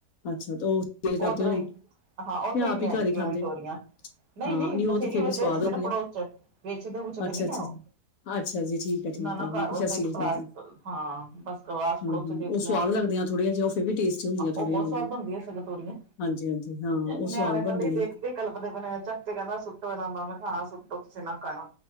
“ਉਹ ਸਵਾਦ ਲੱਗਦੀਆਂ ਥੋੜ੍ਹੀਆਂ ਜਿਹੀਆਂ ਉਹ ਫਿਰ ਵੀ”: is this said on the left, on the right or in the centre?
Left